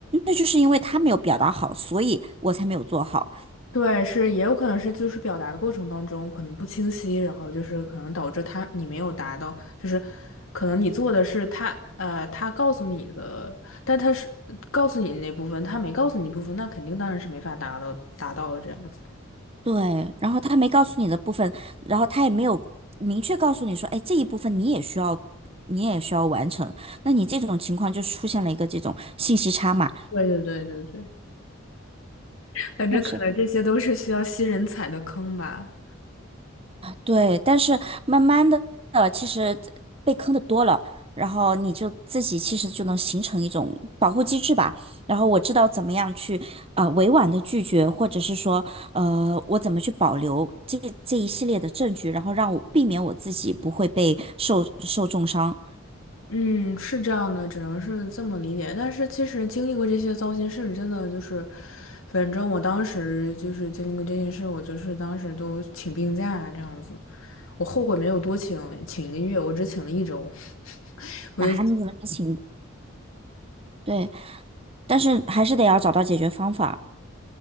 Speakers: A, on the right; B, on the left.
A: 那就是因为他没有表达好，所以我才没有做好。
B: 对，是也有可能是就是表达的过程当中可能不清晰，然后就是可能导致他你没有达到，就是可能你做的是他呃他告诉你的，但他是告诉你那部分，他没告诉你部分，那肯定当然是没法达到达到的这样子。
A: 对，然后他没告诉你的部分，然后他也没有明确告诉你说，哎，这一部分你也需要。你也需要完成，那你这种情况就出现了一个这种信息差嘛？
B: 对对对对对，反正可能这些都是需要新人踩的坑吧。
A: 那是对，但是慢慢的，其实被坑的多了，然后你就自己其实就能形成一种保护机制吧。然后我知道怎么样去呃委婉的拒绝，或者是说呃我怎么去保留这这一系列的证据，然后让我避免我自己不会被受受重伤
B: 嗯，是这样的，只能是这么理解。但是其实经历过这些糟心事，真的就是，反正我当时就是经历过这些事，我就是当时都请病假这样子。我后悔没有多请，请一个月，我只请了一周，<laughs> 我就
A: 啊。你怎么情？对，但是还是得要找到解决方法。